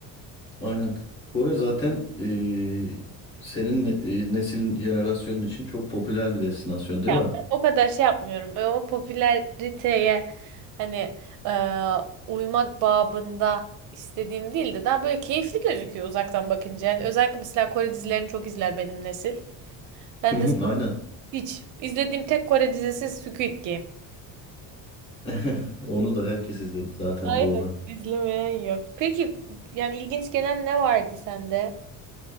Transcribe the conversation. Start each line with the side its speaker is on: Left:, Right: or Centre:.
Left: Aynen. Kore zaten e, senin e, neslin, jenerasyonun için çok popüler bir destinasyon, değil
Right: Ya
Left: mi?
Right: ben o kadar şey yapmıyorum. E, O popülariteye hani e, uymak babında istediğim değil de daha böyle keyifli gözüküyor uzaktan bakınca. Yani özellikle mesela Kore dizilerini çok izler benim nesil. Ben
Left: Hı hı,
Right: de sırf
Left: Aynen.
Right: hiç izlediğim tek Kore dizisi Squid Game.
Left: <laughs> Onu da herkes izledi zaten
Right: Aynen.
Left: doğru.
Right: izlemeyen yok. Peki yani ilginç gelen ne vardı sende?